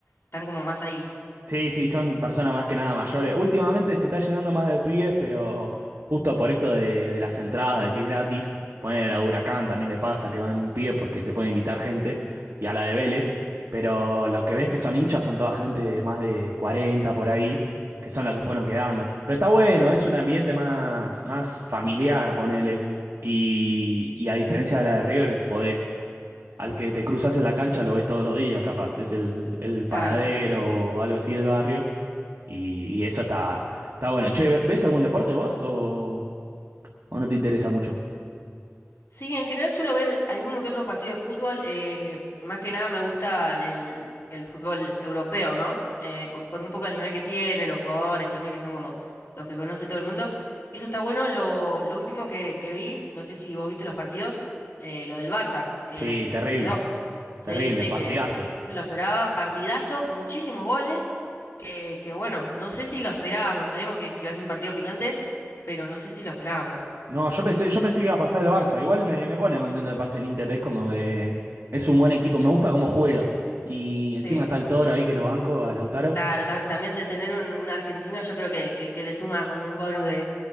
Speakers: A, on the left; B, on the right.
A: están como más ahí.
B: Sí, sí, son personas más que nada mayores. Últimamente se está llenando más de pibes, pero justo por esto de, de las entradas, de que es gratis, poner a Huracán también le pasa que van pibes
A: Ujú.
B: porque se puede invitar gente, y a la de Vélez, pero los que ves que son hinchas son toda gente de más de 40 por ahí, que son los que fueron quedando. Pero está bueno, es un ambiente más, más familiar, ponele. Y, y a diferencia de la de River, podés al que te cruzas en la cancha lo ves todos los días, capaz. Es el, el
A: Claro,
B: panadero
A: sí, sí.
B: o algo así del barrio. Y, y eso está, está bueno. Che, ¿ves algún deporte vos o, o no te interesa mucho?
A: Sí, en general suelo ver alguno que otro partido de fútbol. eh, más que nada me gusta el, el fútbol europeo, ¿no? Eh, por, por un poco el nivel que tiene, los jugadores también, que son como los que conoce todo el mundo. Y eso está bueno. Lo, lo último que, que vi, no sé si vos viste los partidos, eh, lo del Barça, que,
B: Sí,
A: que-
B: terrible,
A: que quedó. Sí,
B: terrible,
A: sí,
B: partidazos.
A: que Sí. no se lo esperaba. Partidazo, muchísimos goles. Que, que bueno, no sé si lo esperábamos. Sabíamos que, que iba a ser un partido picante, pero no sé si lo esperábamos.
B: No, yo pensé, yo pensé que iba a pasar el Barça. Igual me, me pone contento de pase el Inter, es como que es un buen equipo, me gusta cómo juega. Y
A: Sí,
B: encima
A: sí.
B: está el Toro ahí que lo banco, a Lautaro.
A: Claro, ta- también de tener un, un argentino yo creo que, que, que le suma como un bonus de,